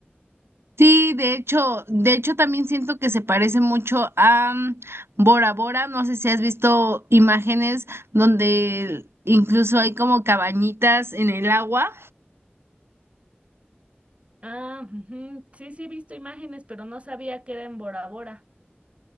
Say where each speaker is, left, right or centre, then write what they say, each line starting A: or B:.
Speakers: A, on the right; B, on the right.
A: Sí, de hecho, de hecho también siento que se parece mucho a mm, Bora Bora. No sé si has visto imágenes donde incluso hay como cabañitas en el agua.
B: Ah, ujú, Sí, sí he visto imágenes, pero no sabía que era en Bora Bora.